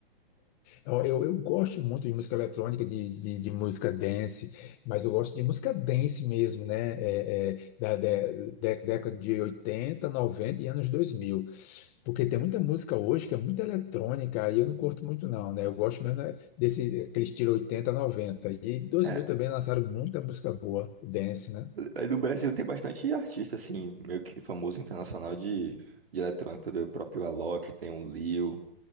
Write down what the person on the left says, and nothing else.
Ó, Eu, eu gosto muito de música eletrônica, de, de, de música dance, mas eu gosto de música dance mesmo, né? É, é, da, dé- dé- década de 80, 90 e anos dois mil, Porque tem muita música hoje que é muito eletrônica, aí eu não curto muito não, né? Eu gosto mesmo né, desse aquele estilo 80, noventa E dois
mil também lançaram muita música boa, dance, né?